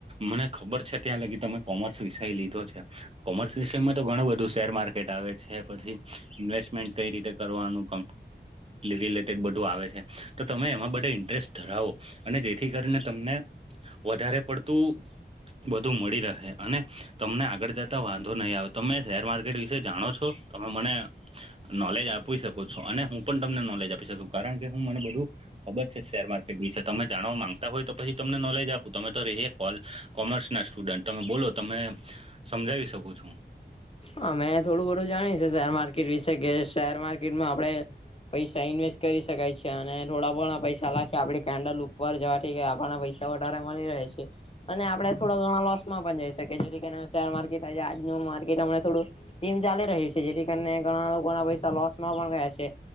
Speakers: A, on the right; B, on the left.
A: મને ખબર છે ત્યાં લગી તમે કોમર્સ વિષય લીધો છે કોમર્સ વિષયમાં તો ઘણું બધું શેર માર્કેટ આવે છે પછી ઇન્વેસ્ટમેન્ટ કઈ રીતે કરવાનું ક રિલેટેડ બધું આવે છે તો તમે એમાં બધે ઇન્ટરેસ્ટ ધરાવો અને જેથી કરીને તમને વધારે પડતું બધું મળી રહે અને તમને આગળ જતા વાંધો નહીં આવે તમે શેર માર્કેટ વિશે જાણો છો તમે મને નોલેજ આપી શકો છો અને હું પણ તમને નોલેજ આપી શકું કારણ કે હું મને બધું ખબર છે શેર માર્કેટ તમે જાણવા માંગતા હોય તો પછી તમને નોલેજ આપું તમે તો ર કોલ કોમર્સ ના સ્ટુડન્ટ તમે બોલો તમે સમજાવી શકો છું
B: હ મેં થોડું બધું જાણી છે શેર માર્કેટ વિશે કે શેર માર્કેટમાં આપડણે પૈસા ઇન્વેસ્ટ કરી શકાય છે અને થોડા ઘણા પૈસા લખી આપણેે કેન્ડલ ઉપર જવાથી આપણાના પૈસા વધારે મળી રહે છે અને આપણે થોડા ઘણા લોસમાં પણ જઈ શકીએ જેથી કરી શેર માર્કેટ આજનું માર્કેટમ થોું ટીમ ચાલી રહ્યું છે જેથી કરીને ઘણા લોકો ના પૈસા લોસમાં પણ ગયા છે